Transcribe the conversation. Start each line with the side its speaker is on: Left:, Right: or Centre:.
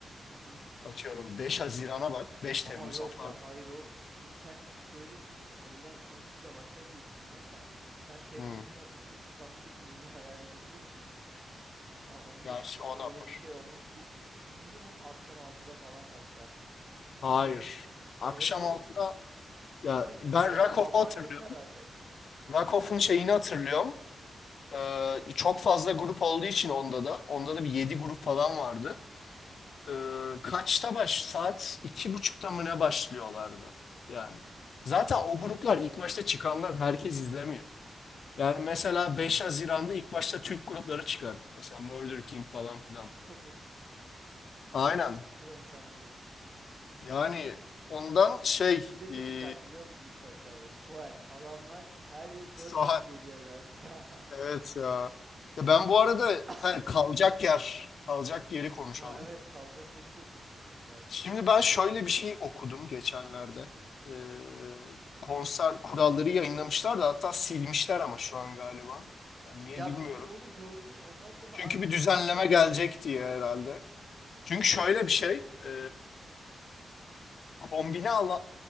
Right: Hı hı.
Left: Atıyorum 5 Haziran'a bak. 5 Temmuz'a
Right: Ama yok
Left: pardon.
Right: ya hayır oğlum. Şimdi sen şöyle düşünüyorsun. Öğlen 12'de başlar diye düşünüyorsun da sen Temmuz'un
Left: Hmm.
Right: ortasında İstanbul'daki nemi hayal edebiliyor musun? Sen onu
Left: Gerçi
Right: düşünme.
Left: o
Right: Öyle
Left: da var.
Right: bir şey olmaz. Bu minimum akşam altıda falan başlar.
Left: Hayır.
Right: Gecenin
Left: Akşam
Right: Be- evet oğlum.
Left: 6'da ya
Right: Ama
Left: ben
Right: zaten
Left: Rakof'u
Right: hava
Left: hatırlıyorum.
Right: ancak kararacak.
Left: Rakof'un şeyini hatırlıyorum. Ee, çok fazla grup olduğu için onda da. Onda da bir 7 grup falan vardı. Ee, kaçta baş? Saat iki buçukta mı ne başlıyorlardı? Yani. Zaten o gruplar ilk başta çıkanlar herkes izlemiyor. Yani mesela 5 Haziran'da ilk başta Türk grupları çıkar. Mesela Murder King falan filan.
Right: Pickpocket,
Left: Aynen.
Right: Sülfür Ensemble.
Left: Yani ondan şey
Right: Bir de
Left: e,
Right: ne çıkar biliyor musun ilk başlarda? Soğan. Adamlar her yıl 4
Left: saat
Right: kez geliyor zaten.
Left: evet ya. Ya ben bu arada
Right: <laughs>
Left: ha, kalacak yer kalacak yeri konuşalım.
Right: Ha evet kalacak yeri de konuşmak lazım.
Left: Şimdi ben şöyle bir şey okudum geçenlerde. Ee, konser kuralları yayınlamışlar da hatta silmişler ama şu an galiba. Yani niye
Right: Ya
Left: bilmiyorum.
Right: bir onu gördüm ondan sonra
Left: Çünkü
Right: aynen
Left: bir düzenleme
Right: o yok oldu.
Left: gelecek diye herhalde. Çünkü şöyle bir şey. E, kombine alan,